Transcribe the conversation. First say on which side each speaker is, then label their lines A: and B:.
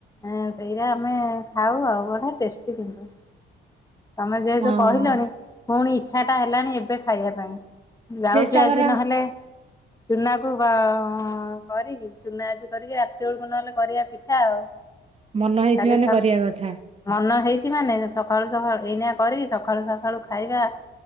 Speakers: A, on the left; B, on the right.
A: ଏ ସେଇରା ଆମେ ଖାଉ ଆଉ ବଢିଆ ଟେଷ୍ଟି କିନ୍ତୁ। ତମେ ଯେହେତୁ
B: ହଁ
A: କହିଲଣି ପୁଣି ଇଚ୍ଛାଟା ହେଲାଣି ଏବେ କ ଖାଇବା ପାଇଁ ଯାଉଚୁ
B: ଚେଷ୍ଟା
A: ଆଜି
B: କର
A: ନହେଲେ ଚୁନା କୁ ବ କରିକି ଚୁନା ଆଜି କରିକି ରାତି ବେଳକୁ ନହେଲେ କରିବା ପିଠା ଆଉ। <inaudible>
B: ମନ ହେଇଚି
A: କାଲି
B: ମାନେ
A: ସକା
B: କରିବା କଥା।
A: ମନ ହେଇଚି ମାନେ ସକାଳୁ ସଖାଳୁ ଏଇନା କରିକି ସଖାଳୁ ସଖାଳୁ ଖାଇବା